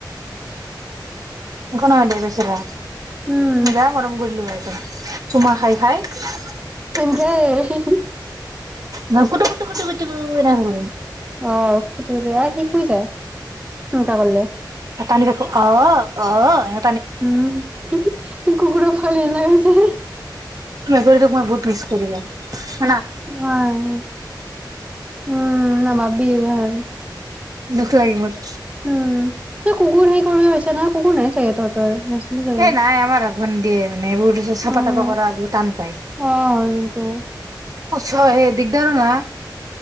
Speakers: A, on the right; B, on the right.
A: একো নহয় দে বেচেৰা,
B: উম
A: বেয়া মৰম কৰিলো হয় একদম চুমা খাই - খাই।
B: ধেই, হি -হি
A: ন', কুতু -কুতু -কুতু-কুতু কৈ থাকো।
B: অহ, কুতু - কুতু অহ ', সি শুই যায় সেনেকা কৰলে।
A: টানি থাকো অহঃ -অহঃ হে,
B: উম', হি- হি -ই কুকুৰৰফালে উলাই যায়।
A: তোৰ মেকুৰীতোক মই বহুত মিছ কৰো ৰ, '
B: ৱাইহো উম, নাভাব্বি এগলাখান। হম,
A: দুখ লাগে মোৰ।
B: উম', নহয় কুকুৰ সেই কমে হৈছে ন', কুকুৰ নাই চাগে তহঁতৰ? চাগে
A: সেই নাই আমাৰ, গনদিয়ে, মানে এইবোৰ তাৰপিচত চাফা-
B: উম
A: তাফা কৰা বহুত টান পায়। সঁচা
B: অ হয় কিন্তু
A: এ দিগদাৰো না,